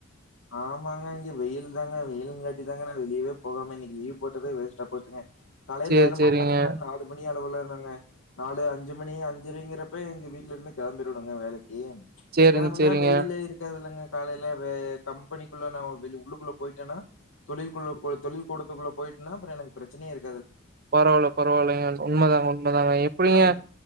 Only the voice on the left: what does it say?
ஆமாங்க இங்க வெயில் தாங்க வெயிலுங்காட்டிதாங்க நா வெளியவே போகாம இன்னைக்கி லீவ் போட்டதே வேஸ்ட்டா போச்சுங்க காலை
நேரமா
பாத்தீங்கனா நாலு மணி அளவுல னங்க நாலு அஞ்சு மணி அஞ்சுரைங்கிறப்ப எங்க வீட்லருந்து கெளம்பிருவனுங்க வேலை க்கி
கெளம்புனா
வெயிலே இருக்காதுல்லங்க காலைல வே கம்பெனிக்குள்ள நா வெளி உள்ளுக்குள்ள போயிட்டேனா தொழில்குள்ள தொழில் கூடத்துக்குள்ள போயிட்டேனா அப்பற எனக்கு பிரச்சனையே இரு
ஏன்னா இப்